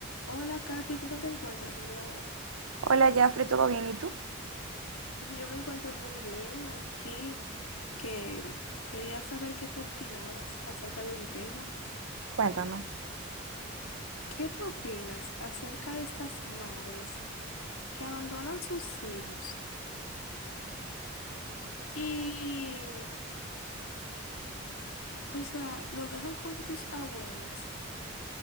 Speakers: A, on the left; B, on the right.
A: Hola, Katy, ¿cómo te encuentras el día de hoy?
B: Hola, Jafre, ¿todo bien? ¿Y tú?
A: Yo me encuentro muy bien aquí, que quería saber qué tú opinabas acerca de un tema.
B: Cuéntame.
A: ¿Qué tú opinas acerca de estas madres que abandonan sus hijos y, o sea, lo dejan con sus abuelas